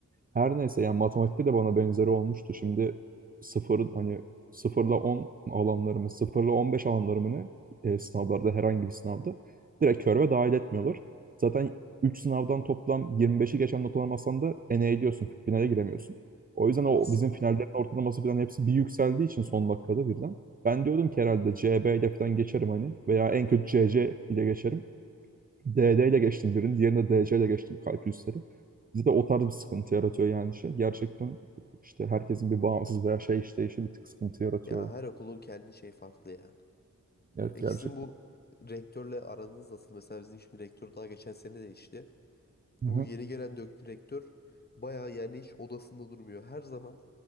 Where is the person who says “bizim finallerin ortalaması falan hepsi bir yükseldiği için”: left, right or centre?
Right